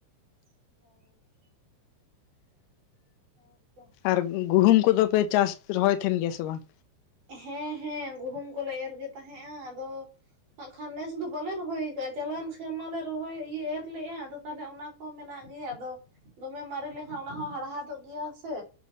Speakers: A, on the right; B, on the left.
A: <inaudible> ᱦᱮ <inaudible>
B: ᱟᱨ ᱜᱩᱦᱩᱢ ᱠᱚᱫᱚ ᱯᱮ ᱪᱟᱥ ᱨᱚᱦᱚᱭ ᱛᱟᱦᱮᱱ ᱜᱮᱭᱟ ᱥᱮ ᱵᱟᱝ?
A: ᱦᱮᱸ ᱦᱮᱸ, ᱜᱩᱦᱩᱢ ᱠᱚᱞᱮ ᱮᱨ ᱜᱮ ᱛᱟᱦᱮᱸᱜᱼᱟ ᱟᱫᱚ ᱦᱟᱜ ᱠᱷᱟᱱ ᱱᱮᱥ ᱫᱚ ᱵᱟᱞᱮ ᱨᱚᱦᱚᱭ ᱟᱠᱟᱜᱼᱟ, ᱪᱟᱞᱟᱣᱮᱱ ᱥᱮᱨᱢᱟ ᱞᱮ ᱨᱚᱦᱚᱭ ᱤᱭᱟᱹ ᱮᱨ ᱞᱮᱜᱼᱟ ᱟᱫᱚ ᱛᱟᱦᱚᱞᱮ ᱚᱱᱟ ᱦᱚᱸ ᱢᱮᱱᱟᱜ ᱜᱮᱭᱟ ᱟᱫᱚ, ᱫᱚᱢᱮ ᱢᱟᱨᱮ ᱞᱮᱦᱚᱸ ᱚᱱᱟ ᱦᱚᱸ ᱦᱟᱲᱦᱟᱫᱚᱜ ᱜᱮᱭᱟ ᱥᱮ᱾